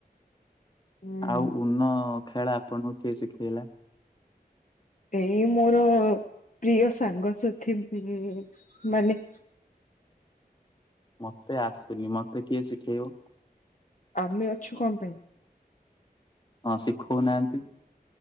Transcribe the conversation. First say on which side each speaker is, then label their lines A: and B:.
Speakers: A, on the left; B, on the left.
A: ହୁଁ।
B: ଆଉ ଉନ ଖେଳା ଆପଣଙ୍କୁ କିଏ ଶିଖେଇଲା।
A: ଏଇ ମୋର ପ୍ରିୟ ସାଙ୍ଗସାଥି ଉଁ ମାନେ।
B: ମତେ ଆସୁନି ମତେ କିଏ ଶିଖେଇବ।
A: ଆମେ ଅଛୁ, କଁ ପାଇଁ?
B: ହଁ, ଶିଖଉନାହାନ୍ତି।